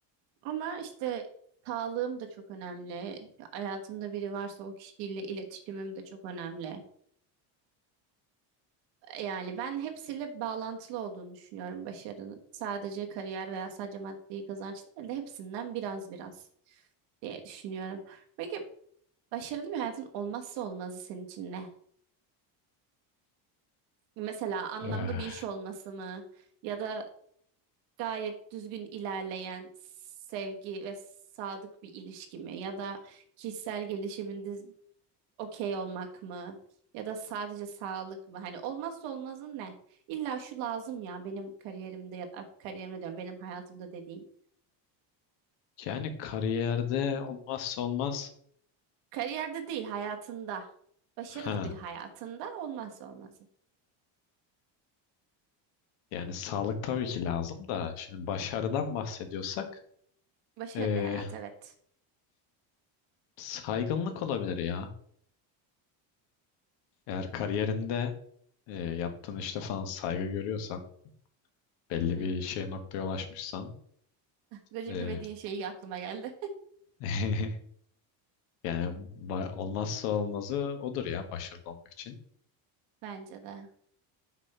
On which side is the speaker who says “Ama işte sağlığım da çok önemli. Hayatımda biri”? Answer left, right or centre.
Right